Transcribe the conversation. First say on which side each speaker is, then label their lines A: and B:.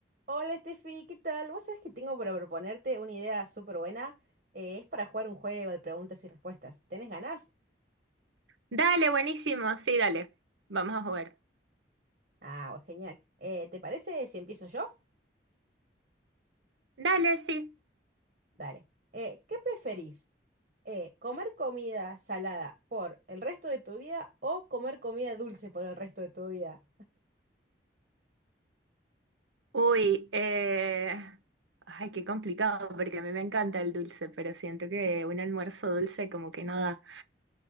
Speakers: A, on the right; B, on the right.
A: Hola Steffi, ¿qué tal? Vos sabés que tengo para proponerte una idea súper buena. Eh, es para jugar un juego de preguntas y respuestas. ¿Tenés ganas?
B: Dale, buenísimo, sí, dale. Vamos a jugar.
A: Ah, bueno, genial. Eh, ¿te parece si empiezo yo?
B: Dale, sí.
A: Dale. Eh, ¿qué preferís? Eh, ¿comer comida salada por el resto de tu vida o comer comida dulce por el resto de tu vida?
B: Uy, eh... ay, qué complicado, porque a mí me encanta el dulce, pero siento que un almuerzo dulce como que no da.